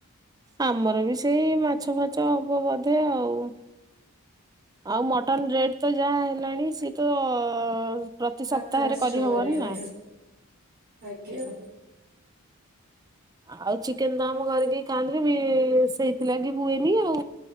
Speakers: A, on the right; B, on the right.
A: ଆମର ବି ସେଇ ମାଛ ଫାଛ ହବ ବୋଧେ ଆଉ।
B: ହୁଁ,
A: ଆଉ ମଟନ ରେଟ ତ ଯାହା ହେଲାଣି ସିଏ ତ ପ୍ରତି ସପ୍ତାହରେ
B: ଆକାଶ
A: କରିହବନି
B: ଛୁଆଁ ରେଟ୍
A: ନା।
B: ଆଜ୍ଞା।
A: ଆଉ ଚିକେନ ତ ଆମ ଘରେ କେହି ଖାଆନ୍ତିନି ସେଇଥିଲାଗି ହୁଏନି ଆଉ।